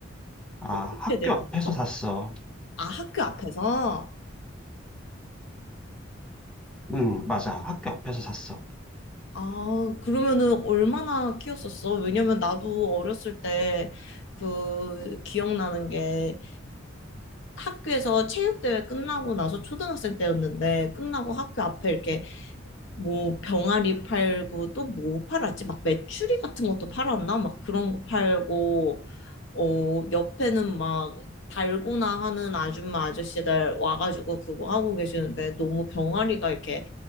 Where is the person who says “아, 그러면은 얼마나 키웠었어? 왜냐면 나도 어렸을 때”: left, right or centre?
Left